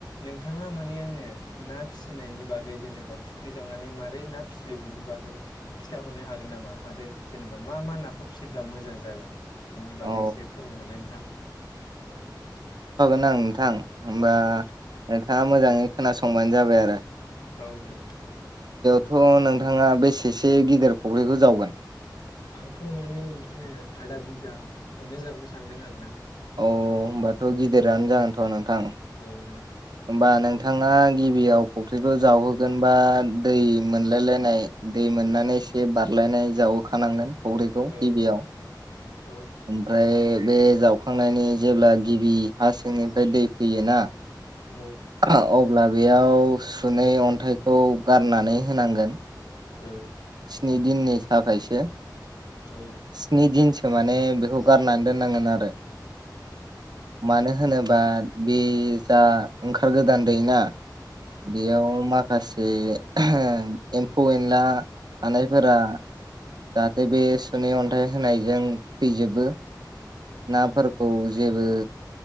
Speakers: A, on the left; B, on the right.
A: नोंथाङा माने आंनो ना फिसिनायनि बागै जेनेबा। फुख्रि जावनानै मारै ना फिसियो बेनि बागै खिथाहरनो हागोन नामा आरो जेनेबा मा मा नाखौ? फिसियोब्ला मोजां जागोन बेनि
B: औ
A: बागै एसे फोरमायहरलाय नोंथां।
B: ओं नोंथां होमबा
A: औ
B: नोंथाङा मोजाङै खोनासंबानो जाबाय आरो।
A: औ दे।
B: थ नोंथाङा बेसेसो गिदिर फख्रिखौ जावगोन?
A: आंथ माने बिदिनो आदा बिगाखौनो जाहनो सानदों आरो ना।
B: औ होमबाथ गिदिरानो जागोनथ नोंथां होमबा
A: औ नोंथां
B: नों थाङा गिबियाव फख्रिखौ जावहोगोनबा दै मोनलाय लायनाय दै मोननानै। एसे बारलायनाय जावहोखानांगोन फख्रिखौ
A: औ
B: गिबियाव।
A: औ
B: ओमफ्राय। बे जावखांनायनि जेब्ला गिबि हा सिंनिफ्राय दै फैयोना।
A: औ
B: अब्ला बेयाव सुनै अन्थाइखौ गारनानै होनांगोन।
A: औ।
B: स्नि दिननि थाखायसो
A: औ
B: स्नि दिनसो। माने बेखौ गारनानै दोननांगोन आरो मानो होनोबा। बे जा ओंखार गोदान दै ना
A: औ
B: बेयाव
A: औ
B: माखासे। ए एम्फौ-एनला। थानायफोरा जाहाथे बे सुनै अन्थाइ होनायजों थैजोबो। नाफोरखौ जेबो